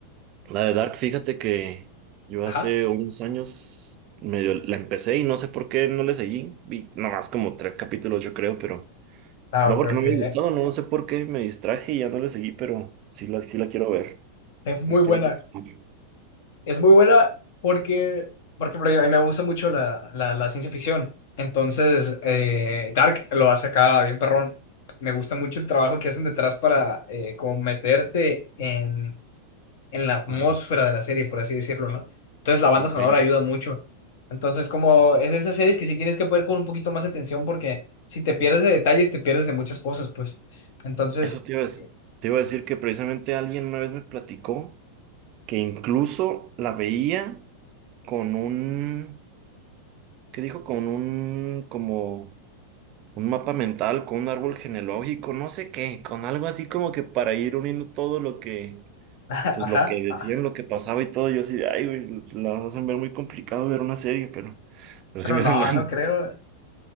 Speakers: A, on the right; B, on the left.
A: La de Dark, fíjate que yo
B: Ajá.
A: hace unos años medio la empecé y no sé por qué no le seguí. Vi nomás como tres capítulos, yo creo, pero
B: Ah,
A: no
B: ok,
A: porque
B: ok.
A: no me
B: eh,
A: haya gustado, no sé por qué me distraje y ya no le seguí, pero sí la, sí la quiero ver.
B: Es muy
A: La quiero
B: buena.
A: retomar.
B: Es muy buena porque, porque por ejemplo, a mí me gusta mucho la, la, la ciencia ficción. Entonces, eh, Dark lo hace acá bien perrón. Me gusta mucho el trabajo que hacen detrás para eh, como meterte en en la atmósfera
A: Ajá.
B: de la serie, por así decirlo, ¿no? Entonces la banda
A: Ok.
B: sonora ayuda mucho. Entonces, como es de esas series que sí tienes que poder con un poquito más de atención porque si te pierdes de detalles, te pierdes de muchas cosas, pues. Entonces,
A: Eso te iba a dec-
B: <laughs>
A: te iba a decir que precisamente alguien una vez me platicó que incluso la veía con un ¿Qué dijo? Con un, como, un mapa mental, con un árbol genealógico, no sé qué, con algo así como que para ir uniendo todo lo que,
B: ajá,
A: pues lo que decían,
B: ah,
A: lo que pasaba y todo. Yo así de, ay, güey, la hacen ver muy complicado ver una serie, pero, pero
B: pero
A: sí me
B: no,
A: dan ganas.
B: no
A: <laughs>
B: creo.